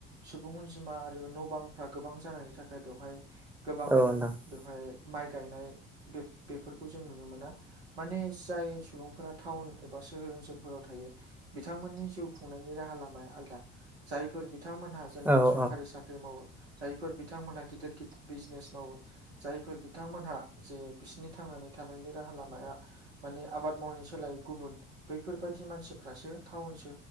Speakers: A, on the right; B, in the centre.
A: सुबुं अनजिमा आरो न' बांफ्रा गोबां जानायनि थाखाय बेवहाय गोबाङानो
B: औ नोंथां
A: बेवहाय माइ गायनाय बे-बेफोरखौ जों नुनो मोना। माने जाय सुबुंफोरा टाउन एबा सोहोर ओनसोलफोराव थायो बिथांमोननि जिउ खुंनायनि राहा लामाया आलदा। जायफोर बिथांमोनहा जेन'बा
B: औ
A: सरकारि सा मावो जायफोर बिथांमोनहा गिदिर गिदिर बिजनेस मावो जायफोर बिथांमोनहा जे बिसिनि थांनानै थानायनि राहा लामाया माने आबाद मावनाय सोलायो गुबुन बैफोरबायदि मानसिफ्रासोो टाउन